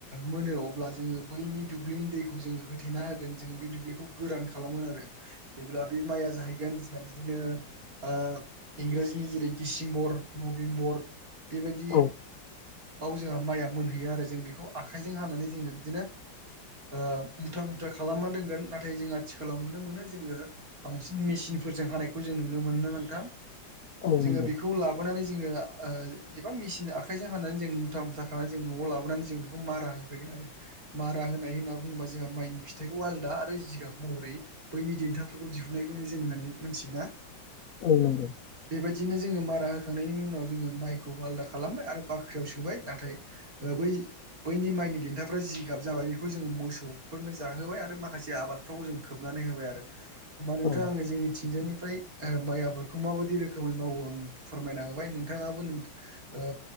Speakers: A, on the right; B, on the left.
A: मोनो अब्ला जोङो बैनि दुब्लिनि दैखौ जोङो होथेना होगोन जों बे दुब्लिखौ गोरान खालामगोन आरो। जेब्ला बे माइया जाहैगोन जोंना बिदिनो ओ इंराजिनि जेरै डिसेम्बर, नभेम्बर बेबायदि
B: औ
A: आव जोंहा माइआ मोनहैयो आरो जों बेखौ आखाइजों हानानै जोङो बिदिनो ओ मुथा मुथा खालामना दोनगोन नाथाय जों आथिखालाव नुनो मोनो जोङो बांसिन मेसिनफोरजों हानायखौ जों नुनो मोनो नोंथां।
B: औ
A: जोङो
B: नंगौ
A: बेखौ ला बोनानै जोङो ओ एबा मेसिन आखाइजों हानानै जों मुथा मुथ्ला खानानै जों न'आव लाबोनानै जों बेखौ मारा हो फैगोन आरो मारा होनाय होनना बुङोबा जोंहा माइनि फिथाइखौ आलादा आरो जिगाब महरै बैनि देन्थाफोरखौ दिहुननायखौनो जों होननानै मोनथियो ना।
B: औ नंगौ
A: बे‌ बायदिनो जोङो मारा होखांनायनि उनाव जोङो माइखौ आलादा खालामबाय आरो बाख्रियाव सोबाय नाथाय ओ बै बैनि माइनि देन्थाफ्रा जिगाब जाबाय बेखौ जोङो मोसौ फोरनो जाहोबाय आरो माखासे आबादफ्राव जों खोबनानै होबाय आरो। होमबा नोंथाङां
B: औ
A: आङो जोंनिथिंजायनिफ्राय ओ माइ आबादखौ माबायदि रोखोमै मावो आं फोरमायना होबाय नोंथाङाबो नों ओ